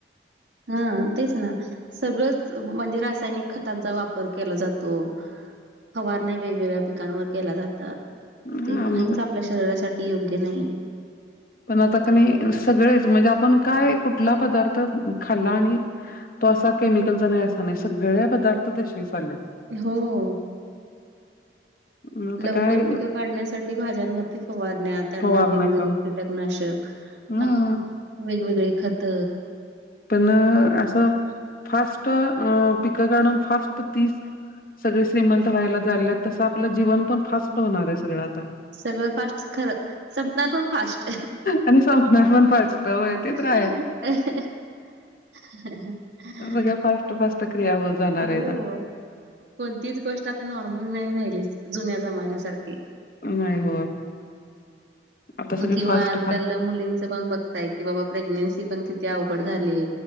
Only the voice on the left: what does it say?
हा
मग
पण आता क नही सगळेच म्हणजे आपण काय कुठला पदार्थ खाल्ला आणि तो असा केमिकलचा नाही असा नाही सगळ्या पदार्थ तसेच आलेत.
मग आता
काय
फवारण्या
कर
हा
पण अ असं फास्ट पिकं काढून फास्ट तीच सगळे श्रीमंत व्हायला जायल्यात तसं आपलं जीवन पण फास्ट होणार आहे सगळं आता.
आणि संपणार पण फास्ट
होय ते तर आहेच. सगळ्या फास्ट फास्ट क्रिया होत जाणार आहेत.
नाही हो आता सगळे
फास्ट
फास्ट